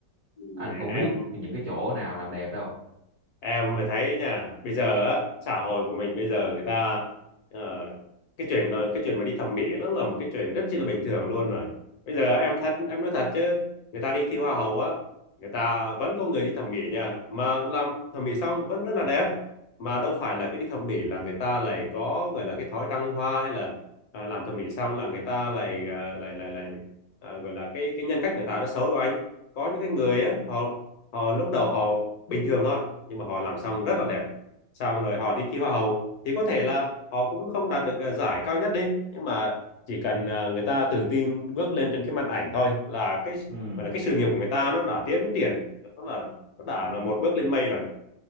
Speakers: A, on the left; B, on the right.
A: Ừ.
B: anh không
A: Em
B: biết những cái chỗ nào làm đẹp đâu
A: em mới thấy nha bây giờ á xã hội của mình bây giờ người ta ờ, cái chuyện mà- cái chuyện mà đi thẩm mỹ nó là một cái chuyện rất chi là bình thường luôn rồi bây giờ em thật em nói thật chứ người ta đi thi hoa hậu á người ta vẫn có người đi thẩm mỹ nha mà làm thẩm mỹ xong vẫn rất là đẹp mà đâu phải là cứ đi thẩm mỹ là người ta lại có gọi là cái thói trăng hoa hay là à, làm thẩm mỹ xong là người ta lại à, lại lại lại à, gọi là cái cái nhân cách người ta nó xấu đâu anh có những cái người á họ họ lúc đầu họ bình thường thôi nhưng mà họ làm xong rất là đẹp xong rồi họ đi thi hoa hậu thì có thể là họ cũng không đạt được ờ, giải cao nhất đi nhưng mà chỉ cần ờ, người ta tự tin bước lên trên cái màn ảnh thôi là cái
B: ừ
A: gọi là cái sự nghiệp của người ta nó đã tiến triển nó là nó đã là một bước lên mây rồi